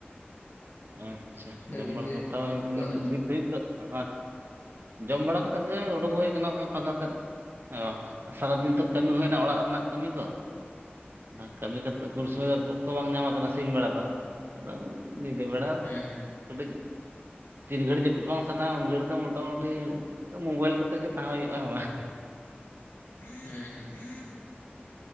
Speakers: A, on the right; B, on the left.
A: ᱟᱪᱪᱷᱟ ᱡᱚᱢ
B: ᱟᱹᱵᱤᱱ
A: ᱵᱟᱲᱟᱠᱚ
B: ᱜᱮ
A: ᱛᱟᱣ
B: ᱡᱚᱢ ᱠᱟᱜ
A: ᱱᱤᱛ
B: ᱵᱤᱱ ᱥᱮ
A: ᱱᱤᱛ
B: ᱵᱟᱝ?
A: ᱫᱷᱟᱰᱤᱜ ᱛᱚ᱾ ᱦᱟ ᱡᱚᱢ ᱵᱟᱲᱟ ᱠᱟᱛᱮᱫ ᱜᱮ ᱩᱰᱩᱠ ᱦᱩᱭ ᱠᱟᱱᱟ ᱚᱱᱟ ᱯᱷᱟᱸᱠᱟ ᱥᱮᱫ᱾ ᱚ ᱥᱟᱨᱟᱫᱤᱱ ᱛᱚ ᱠᱟᱹᱢᱤ
B: ᱟᱪᱪᱷᱟ
A: ᱦᱩᱭᱱᱟ ᱚᱲᱟᱜ ᱨᱮᱱᱟᱜ ᱠᱟᱹᱢᱤ ᱠᱚ, ᱟᱫᱚ ᱠᱟᱹᱢᱤ ᱠᱟᱛᱮ ᱩᱱ
B: ᱟᱪᱪᱷᱟ
A: ᱥᱩᱚᱢᱚᱭ ᱫᱚ ᱚᱠᱛᱚ ᱵᱟᱝ ᱧᱟᱢ ᱟᱠᱟᱱᱟ ᱥᱤᱧ ᱵᱮᱲᱟ ᱫᱚ ᱟᱫᱚ, ᱧᱤᱫᱟᱹ ᱵᱮᱲᱟ
B: ᱦᱩᱸ ᱦᱩᱸ
A: ᱠᱟᱹᱴᱤᱡ ᱛᱤᱱ ᱜᱷᱟᱹᱲᱤᱡ ᱡᱟᱹᱯᱤᱫ ᱵᱟᱝ ᱥᱟᱱᱟᱭᱟ ᱩᱱ ᱜᱷᱟᱹᱲᱤᱡ ᱫᱚ ᱢᱚᱴᱟᱢᱩᱴᱤ ᱢᱳᱵᱟᱭᱤᱞ ᱠᱟᱛᱮᱜ ᱜᱮ ᱛᱟᱦᱮᱸ ᱦᱩᱭᱩᱜᱼᱟ ᱦᱮᱸ ᱵᱟᱝ?
B: ᱦᱮᱸ ᱦᱮᱸ᱾